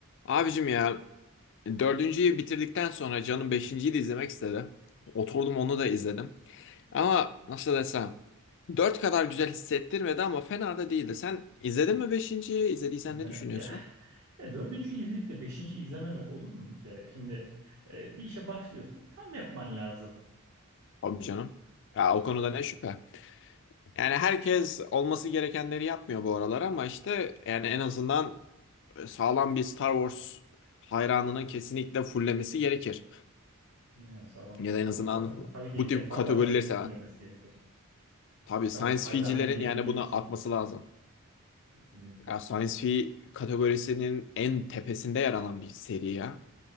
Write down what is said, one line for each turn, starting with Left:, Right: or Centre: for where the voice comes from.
Left: Abicim ya dördüncüyü bitirdikten sonra canım beşinciyi de izlemek istedi. Oturdum onu da izledim. Ama nasıl desem dört kadar güzel hissettirmedi ama fena da değildi. Sen izledin mi beşinciyi? İzlediysen
Right: Ben,
Left: ne düşünüyorsun?
Right: ya, <laughs> ya dördüncü izleyip de beşinci izlememek olur mu bir kere? Şimdi e, bir işe başlıyorsun tam yapman lazım.
Left: Abi canım. Ya o konuda ne şüphe. Yani herkes olması gerekenleri yapmıyor bu aralar ama işte yani en azından sağlam bir Star Wars hayranının kesinlikle fullemesi gerekir.
Right: Yani sağlam bir
Left: Ya
Right: Star
Left: da en azından
Right: Wars hayranı. da Tabii ki
Left: bu tip
Right: defalarca
Left: kategorileri seven.
Right: fullemesi gerekir.
Left: Tabii
Right: Star
Left: science
Right: Wars hayranıyım
Left: ficilerin
Right: diyebilmek
Left: yani buna
Right: için
Left: atması lazım.
Right: kesinlikle.
Left: Ya Science Fi kategorisinin en tepesinde yer alan bir seri ya.